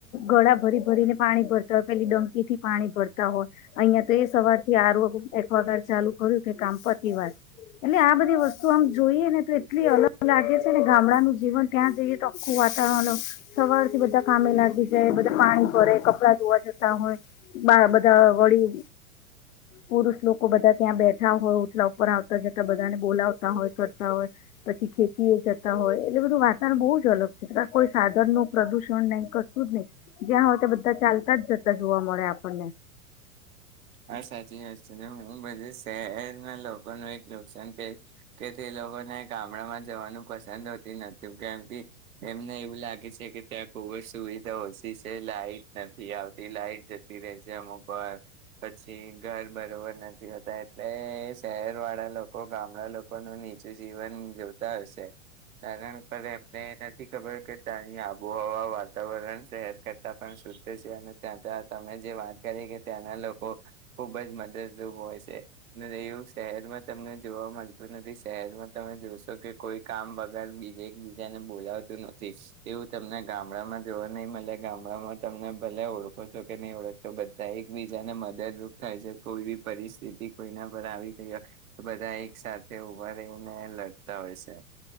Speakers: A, on the left; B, on the right.
A: ગળા ભરી ભરીને પાણી ભરતા હોય પેલી ડંકીથી પાણી ભરતા હોય અહિયાં તો એ સવાર થી આરો એકવાગાર ચાલુ કર્યું કે કામપત વાત એટલે આ બધી વસ્તુ આમ જોઈએ ને તો એટલી અલગ લાગે છે ને ગામડાનું જીવન ત્યાં જઈએ તો આખું વાતાવરણ સવાર થી બધા કામે લાગી જાય બધા પાણી ભરે કપડા ધોવા જતા હોય બધા વળી પુરુષ લોકો બધા ત્યાં બેઠા હોય ઓટલા ઉપર આવતા જતા બધાને બોલાવતા હોય કરતા હોય પછી ખેતી એ જતા હોય એટલે બધું વાતાવરણ બહુ જ અલગ છે કોઈ સાધન નું પ્રદુષણ નહ કશું જ નહી જ્યાં હોય ત્યા બધા ચાલતા જ જતા જોવા મળે આપણને.
B: હા સાચી વાત છે ને હું બધું શહેરમાં લોકોનું એક નુકસાન થ કે તે લોકોને ગામડામાં જવાનું પસંદ હોતી નથી કેમ કે એમને એવું લાગે છે કે ત્યાં બહું જ સુવિધા ઓછી છે. લાઈટ નથી આવતી લાઈટ જતી રહેશે અમુક પછી ઘર બરોબર નથી હોતા. એટલે શહેર વાળા લોકો ગામડા લોકોનું નીચું જીવન જોતા હશે. કારણ કે, એમને નથી ખબર કે ત્યાંની આબોહવા વાતાવરણ શહેર કરતા પણ શુદ્ધ છે. અને ત્યાં ત તમે જે વાત કરી કે ત્યાંના લોક ખુબ જ મદદરૂપ હોય છે. એવું શહેરમાં તમને જોવા મળતું નથી શહેરમાં તમે જોશો કે કોઈ કામ વગર બીજા એકબીજાને બોલાવતું નથી એવું તમને ગામડામાં જોવા નહી મળે. ગામડામાં તમને ભલે ઓળખો છો કે નહી, ઓળખતો બધા એકબીજાને દરૂપ થાય છે. કોઈ બી પરિસ્થિતિ કોઈના પર આવી થઈ હોય તો બધા એક સાથે ઉભા રહીને લડતા હોય છે.